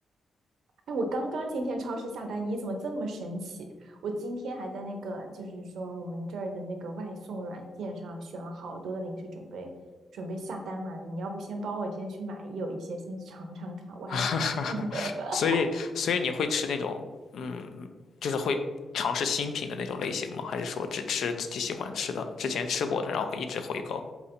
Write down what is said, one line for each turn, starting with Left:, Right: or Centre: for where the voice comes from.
Right: 哎，我刚刚今天超市下单，你怎么这么神奇？我今天还在那个，就是说我们这儿的那个外送软件上选了好多的零食，准备准备下单来着。你要不先帮我先去买有一些，先尝尝看。我还
Left: <laughs>
Right: <laughs>
Left: 所以，所以你会吃那种，嗯，就是会尝试新品的那种类型吗？还是说只吃自己喜欢吃的，之前吃过的，然后会一直回购？